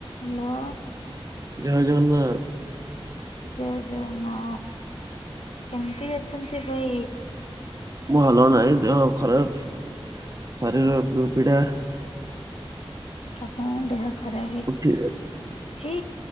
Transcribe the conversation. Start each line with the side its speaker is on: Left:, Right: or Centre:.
Left: ହାଲୋ।
Right: ଜୟ ଜଗନ୍ନାଥ।
Left: ଜୟ ଜଗନ୍ନାଥ କେମିତି ଅଛନ୍ତି ବାଇ।
Right: ମୁଁ ଭଲ ନାହିଁ ଦେହ ଖରାପ ଶାରୀରିର ପୁ ପିଡା।
Left: ଆପଣ ଦେହ ଖରାପ ହେଇଚି।
Right: ଉଠି